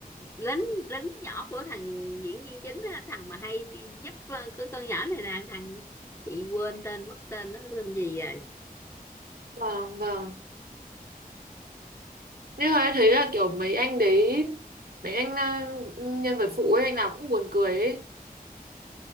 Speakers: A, on the left (about 15°); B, on the right (about 70°).
A: lính lính nhỏ của thằng diễn viên chính á, thằng mà hay giúp ờ, cái con nhỏ này nè thằng chị quên tên mất tên nó tên gì rồi
B: vâng vâng Nhưng mà em thấy là kiểu mấy anh đấy, mấy anh à, nhân vật phụ ấy, anh nào cũng buồn cười ấy.